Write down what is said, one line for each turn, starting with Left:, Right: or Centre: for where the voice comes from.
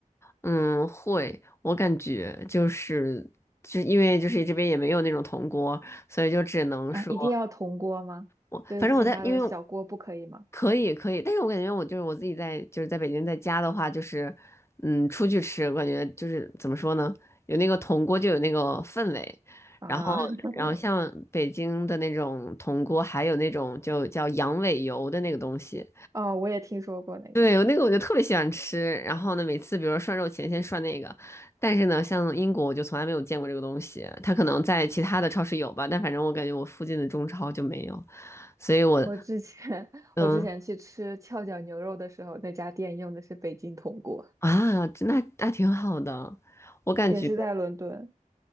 Left: 嗯会，我感觉就是就因为就是这边也没有那种铜锅，所以就只能说。
Right: 啊，一定要铜锅吗？
Left: 我反正我在，
Right: 就是其他的小锅不可以吗？
Left: 因为可以可以，但是我感觉我就是我自己在就是在北京在家的话，就是嗯出去吃，我感觉就是怎么说呢，有那个铜锅就有那个氛围，
Right: 啊，
Left: 然后然后像北京的那种铜锅，
Right: <laughs>
Left: 还有那种就叫羊尾油的那个东西，
Right: 哦，我也听说过那个。
Left: 对，有那个我就特别喜欢吃，然后呢每次比如说涮肉前先涮那个，但是呢像英国我就从来没有见过这个东西，它可能在其他的超市有吧，但反正我感觉我附近的中超就没有，所以我
Right: 我之前 <laughs>
Left: 嗯。
Right: 我之前去吃翘脚牛肉的时候，那家店用的是北京铜锅，
Left: 啊，这那那挺好的，我感觉
Right: 也是在伦敦，